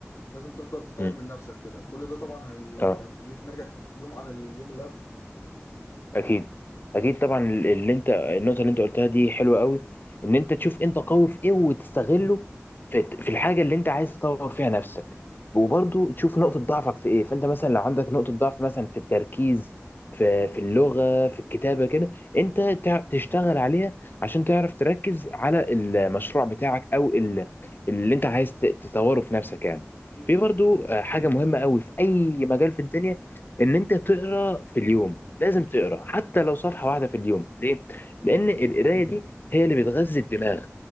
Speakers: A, on the left (about 90°); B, on the left (about 45°).
A: لازم تفضل تطور
B: مم.
A: من نفسك كده كل ده طبعا هي...
B: اه
A: هيخليك ناجح يوم عن اليوم اللي قبله
B: اكيد اكيد طبعا اللي انت النقطه اللي انت قلتها دي حلوه قوي ان انت تشوف انت قوي في ايه وتستغله في في الحاجه اللي انت عايز تطور فيها نفسك وبرضو تشوف نقطه ضعفك في ايه فانت مثلا لو عندك نقطه ضعف مثلا في التركيز في في اللغه في الكتابه كده انت تع- تشتغل عليها عشان تعرف تركز على المشروع بتاعك او ال- اللي انت عايز ت- تطوره في نفسك يعني
A: اكيد
B: في برضو آه، حاجه مهمه قوي في اي مجال في الدنيا ان انت تقرا في اليوم لازم تقرا حتى لو صفحه واحده في اليوم ليه لان القرايه دي هي اللي بتغذي الدماغ